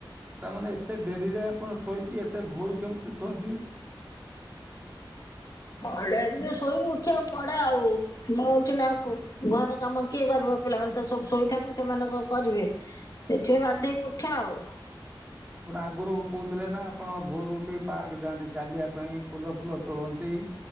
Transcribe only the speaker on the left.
ପ ଶୋଇକି ଉଠି ଆ ପଡେ ଆଉ ମୁ ଉଠି ନାଉ ଘର କାମ କିଏ କରିବ ପିଲାମାନେ ତ ସବୁ ଶୋଇଥାନ୍ତି ସେମାନଙ୍କ କରିବେ ସେଥିପ ବାଧ ହେଇକି ଉଠିବା ଆଉ।